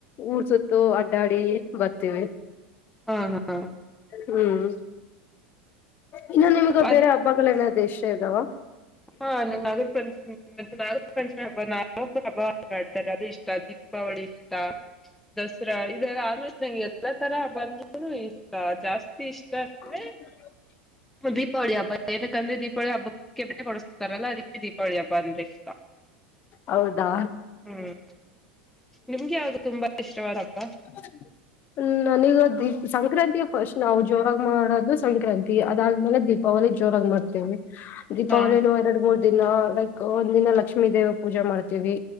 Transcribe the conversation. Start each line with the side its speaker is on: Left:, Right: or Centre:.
Left: ಊರ್ ಸುತ್ತು ಅಡ್ಡಾಡಿ ಬರ್ತೀವಿ.
Centre: ಹಾ ಹಾ
Left: ಹ್ಮ್ ಇನ್ನು ನಿಮಗು
Centre: ಅದ್
Left: ಬೇರೆ ಹಬ್ಬಗಳೇನದ್ರು ಇಷ್ಟೇ ಇದಾವ.
Centre: ಹಾ ನಗರ ಪಂಚಮಿ. ಮತ್ತೆ ನಾಗ ಪಂಚಮಿ ಹಬ್ಬ ನಾಗ ಹಭ ಆಡ್ತಾರೆ ಅದು ಇಷ್ಟ ದೀಪಾವಳಿ ಇಷ್ಟ. ದಸರಾ ಇದಾಗ ಆಲ್ಮೋಸ್ಟ್ ನಂಗೆ ಎಲ್ಲ ತರ ಹಬ್ಬ ಅಂದ್ರುನು ಇಷ್ಟ ಜಾಸ್ತಿ ಇಷ್ಟ. ಅಂದ್ರೆ
Left: ಹ
Centre: ದೀಪಾವಳಿ ಹಬ್ಬ ಏನಕಂದ್ರೆ ದೀಪಾವಳ ಹಬ್ಬಕೆ ಬಟ್ಟೆ ಕೊಡುಸ್ ಎಲ್ಲ ಅದಕ್ಕೆ ದೀಪಾವಳ ಹಬ್ಬ ಅಂದ್ರ ಇಷ್ಟ.
Left: ಹೌದಾ
Centre: ಹ್ಮ್ ನಿಮ್ಗೆ ಯಾವ್ದು ತುಂಬಾ ಇಷ್ಟವಾದ ಹಬ್ಬ.
Left: ಹ ಹ್ಮ ನನೀಗ ದೀಪ್ ಸಂಕ್ರಾಂತಿ ಫಸ್ಟ್ ನಾವು ಜೋರಗ ಮಾಡೋದು ಸಂಕ್ರಾಂತಿ ಅದಾದ್ಮೇಲೆ ದೀಪ ವಳಿ ಜೋರಾಗಿ ಮಾಡ್ತೇವೆ ದೀಪಾವಳಿಯನು
Centre: ಹಾ
Left: ಎರಡು ಮೂರ ದಿನ ಲೈಕ್ ಒಂದ್ ದಿನ ಲಕ್ಷ್ಮೀ ದೇವರ ಪೂಜೆ ಮಾಡ್ತೀವಿ.